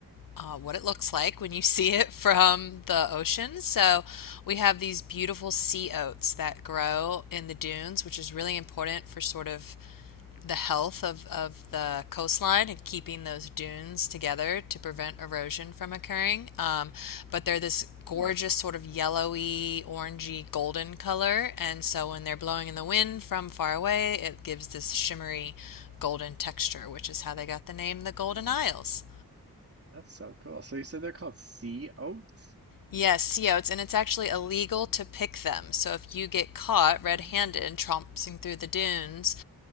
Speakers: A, on the left (about 60°); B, on the right (about 35°).
A: uh, what it looks like when you <laughs> see it from the ocean. So we have these beautiful sea oats that grow in the dunes, which is really important for sort of the health of, of the coastline and keeping those dunes together to prevent erosion from occurring. Um, but they're this gorgeous
B: Hmm.
A: sort of yellowy, orangey, golden color. And so when they're blowing in the wind from far away, it gives this shimmery golden texture, which is how they got the name the Golden
B: Oh,
A: Isles.
B: that's so cool. So you said they're called sea oats?
A: Yes, sea oats, and it's actually illegal to pick them. So if you get caught red-handed
B: Oh,
A: tromping through the dunes,